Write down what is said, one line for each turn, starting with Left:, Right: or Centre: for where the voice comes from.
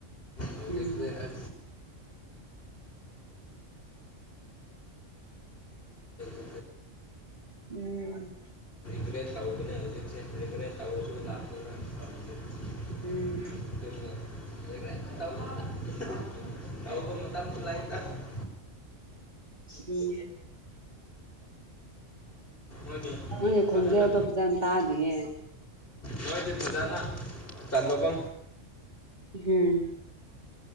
Left: ꯍꯧꯖꯤꯛꯁꯦ
Right: ꯎꯝ
Left: ꯑꯁ <inaudible>
Right: ꯎꯝ
Left: ꯔꯤꯒ꯭ꯔꯦꯠ ꯇꯧꯕꯅꯦ ꯍꯧꯖꯤꯛꯁꯦ ꯔꯤꯒ꯭ꯔꯦꯠ ꯇꯧꯔꯁꯨ <unintelligible>
Right: ꯎꯝ
Left: <unintelligible>
Right: ꯎꯝ
Left: ꯃꯣꯏꯗꯤ
Right: ꯅꯪꯒꯤ ꯈꯣꯟꯖꯦꯜꯗꯣ
Left: ꯐꯖꯅ
Right: ꯐꯖꯟ ꯇꯥꯗꯤꯌꯦ
Left: ꯅꯣꯏꯗꯤ ꯐꯖꯟꯅ ꯇꯝꯃꯣꯀꯣ
Right: ꯎꯝ